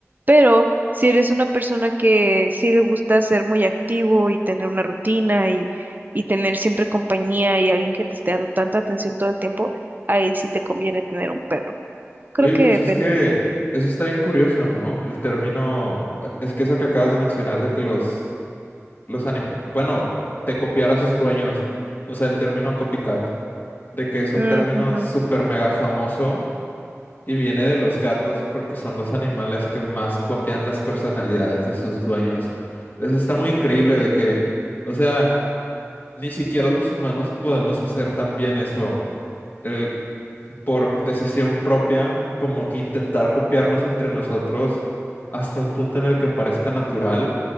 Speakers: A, on the right; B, on the left.
A: pero si eres una persona que sí le gusta ser muy activo y tener una rutina y, y tener siempre compañía y alguien que te esté dando tanta atención todo el tiempo, ahí sí te conviene tener un perro. Creo
B: Oye,
A: que
B: pues
A: depende.
B: es que eso está bien curioso, ¿no? El término... Es que eso que acabas de mencionar de que los... los anim- Bueno, te copiar a sus dueños. O sea, el término copycat. De que es un
A: Mm,
B: término
A: ujú.
B: súper mega famoso y viene de los gatos porque son los animales que más copian las personalidades de sus dueños. Eso está muy increíble de que... O sea... Ni siquiera los humanos podemos hacer también eso, el, por decisión propia, como que intentar copiarnos entre nosotros hasta un punto en el que parezca natural,